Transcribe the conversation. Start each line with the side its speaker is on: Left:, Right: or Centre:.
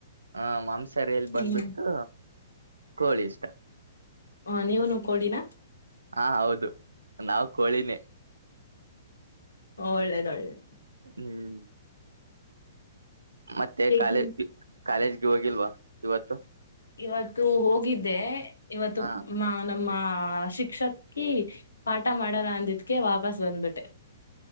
Right: ಹ ಮಾಂಸಹಾರಿ ಅಲ್ಲಿ
Left: ತಿಂತೀವಿ
Right: ಬಂದ್ಬಿಟ್ಟು ಕೋಳಿ ಇಷ್ಟ
Left: ಹ ನೀವನು ಕೋಳಿನ
Right: ಹಾ ಹೌದು ನಾವ್ ಕೋಳಿನೇ
Left: ಒಳ್ಳೇದು ಒಳ್ಳೇದು
Right: ಹ್ಮ್ ಮತ್ತೆ
Left: ಹೇಗ್
Right: ಕಾಲೇಜ್ ಕಾಲೇಜ್ ಇ ಹೋಗಿಲ್ವಾ ಇವತ್ತು
Left: ಇವತ್ತು ಹೋಗಿದ್ದೆ ಇವತ್ತು
Right: ಹಾ
Left: ಮಾ ನಮ್ಮ ಆ ಶಿಕ್ಷಕಿ ಪಾಠ ಮಾಡಲ್ಲ ಅಂದಿದಕೆ ವಾಪಸ್ ಬಂದ್ಬಿಟ್ಟೆ